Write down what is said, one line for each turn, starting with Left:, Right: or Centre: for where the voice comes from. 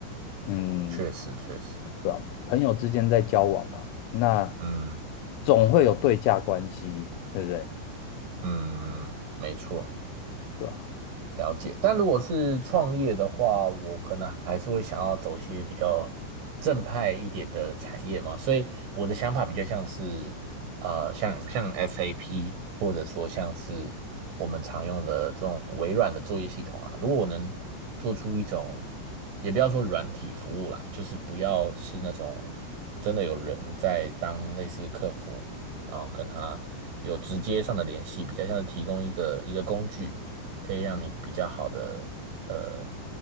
Left: 嗯，
Right: 确实确实，
Left: 对吧？朋友之间在交往嘛，那
Right: 嗯
Left: 总会有对价关系，对不对？
Right: 嗯，没错。
Left: 对啊，
Right: 了解，但如果是创业的话，我可能还是会想要走一些比较正派一点的产业嘛，所以我的想法比较像是，呃，像像 SAP，或者说像是我们常用的这种微软的作业系统啊，如果我能做出一种，也不要说软体服务啦，就是不要是那种真的有人在当类似客服，然后跟他有直接上的联系，比较像是提供一个一个工具。可以让你比较好的呃